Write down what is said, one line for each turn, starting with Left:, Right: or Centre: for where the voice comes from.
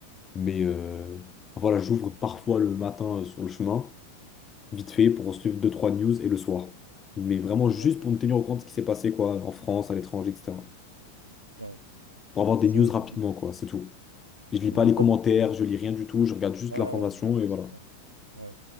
Left: Mais euh, voilà, j'ouvre parfois le matin euh, sur le chemin. vite fait, pour suivre deux trois news et le soir. Mais vraiment juste
Right: Ouais.
Left: pour me tenir au courant de ce qui s'est passé, quoi, en France, à l'étranger, etc.
Right: Ouais.
Left: Pour avoir des
Right: C'est
Left: news
Right: même
Left: rapidement,
Right: pas des
Left: quoi, c'est tout. Et je
Right: c'est
Left: lis pas
Right: même
Left: les
Right: pas
Left: commentaires,
Right: des vrais.
Left: je lis rien du tout, je regarde juste
Right: Ouais, ouais,
Left: l'information
Right: ouais,
Left: et
Right: c'est
Left: voilà.
Right: vrai. Ouais.